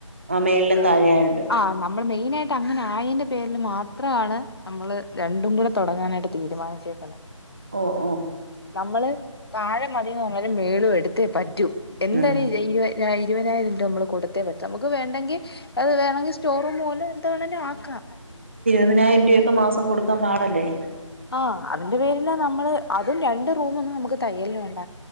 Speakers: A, on the right (about 25°); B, on the left (about 50°).
A: ആഹ് മേളിലും താഴെയായോണ്ട്
B: ആ ന നമ്മള് മെയിനായിട്ട് അങ്ങനെ ആയന്റെ പേര്ൽ മാത്രാണ് നമ്മള് രണ്ടും കൂടെ തൊടങ്ങാനായിട്ട് തീരുമാനിച്ചേക്കുന്നെ
A: ഓ ഓ
B: നമ്മള് താഴെ മതീന്ന് പർഞ്ഞാലും മേളും എടുത്തേ പറ്റൂ എന്താ
A: ഉം
B: <unintelligible> ഇരുവതിനായിരം രൂപ നമ്മള് കൊടുത്തേ പറ്റൂ നമുക്ക് വേണ്ടെങ്കി അത് വേണങ്കി സ്റ്റോർറൂമ് പോലെ എന്താണെങ്കി ആക്കാം
A: പതിനായിരം രൂപക്കെ മാസം കൊടുക്കാം പാടല്ലേ
B: ആ അതിന്റെ പേരില നമ്മള് അതും രണ്ട് റൂമ് ഒന്നും നമുക്ക് തയ്യൽന് വേണ്ട